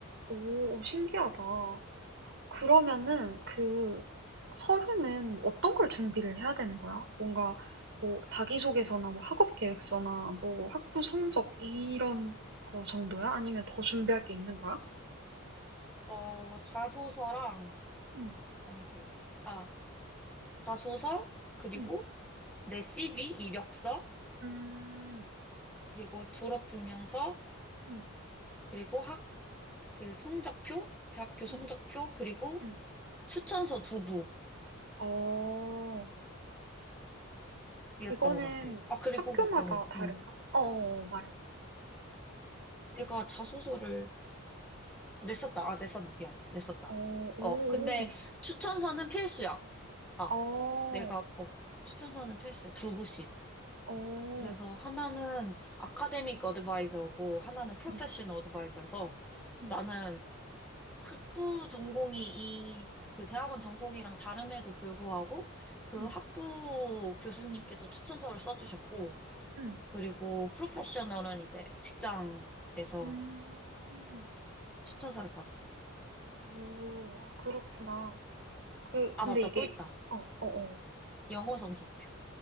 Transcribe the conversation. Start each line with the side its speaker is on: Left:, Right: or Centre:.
Right: 오, 신기하다. 그러면은 그 서류는 어떤 걸 준비를 해야 되는 거야? 뭔가 뭐 자기소개서나 뭐 학업 계획서나 뭐 학부 성적 이런 거 정도야? 아니면 더 준비할 게 있는 거야?
Centre: 어, 자소서랑,
Right: 응,
Centre: 아니지. 아, 자소서, 그리고
Right: 응,
Centre: 내 CV, 이력서,
Right: 음,
Centre: 그리고 졸업증명서,
Right: 음,
Centre: 그리고 학, 그 성적표, 대학교 성적표,
Right: 음,
Centre: 그리고
Right: 음.
Centre: 추천서 두
Right: 어,
Centre: 부였던
Right: 그거는
Centre: 것 같아. 아, 그리고,
Right: 학교마다
Centre: 어,
Right: 다른가?
Centre: 음.
Right: 어, 어, 어, 말해.
Centre: 내가 자소서를 냈었다. 아, 냈었네. 미안. 냈었다.
Right: 어, 오,
Centre: 어, 근데
Right: 오,
Centre: 추천서는 필수야. 아,
Right: 어,
Centre: 내가, 어, 추천서는 필수야. 두 부씩.
Right: 어,
Centre: 그래서 하나는 아카데믹 어드바이저고, 하나는 프로페셔널
Right: 응
Centre: 어드바이저여서
Right: 응
Centre: 나는 학부 전공이 이, 그 대학원 전공이랑 다름에도 불구하고 그
Right: 음,
Centre: 학부 교수님께서 추천서를 써주셨고,
Right: 음.
Centre: 그리고 프로페셔널은 이제 직장에서
Right: 음.
Centre: 추천서를 받았어.
Right: 오. 아 그렇구나. 그 근데
Centre: 아, 맞다.
Right: 이게
Centre: 또 있다.
Right: 어 어어.
Centre: 영어 성적표.